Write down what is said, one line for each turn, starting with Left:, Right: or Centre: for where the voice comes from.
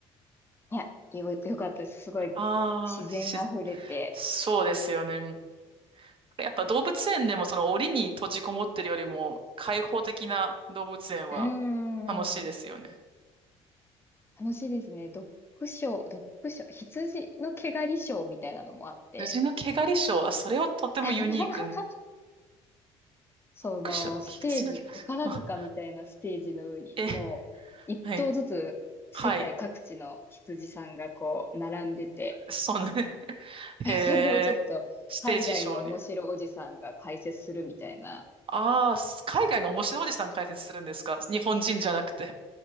Left: いや、よ、よかったです。すごい自然あふれて。
Right: ああ、し、そうですよね。やっぱ動物園でもその檻に閉じこもってるよりも開放的な動物園は楽しいですよね。
Left: うーん。楽しいですね。ドッグショードッグショー羊の毛刈りショーみたいなのもあって、
Right: 羊の毛刈りショーは、それはとてもユニーク。
Left: <laughs> そのステージ、
Right: クッション羊の毛刈りショー。
Left: 宝塚みたいなステージの上に、
Right: <laughs> あえ、
Left: もう一頭ずつ世界各地の羊さんがこう並んでて、
Right: はい。はい。そうね。<laughs>
Left: <laughs>
Right: へえ、
Left: それをちょっと海外の面白おじさんが解説するみたいな。
Right: ステージショーね。ああ、海外の面白いおじさん解説するんですか日本人じゃなくて。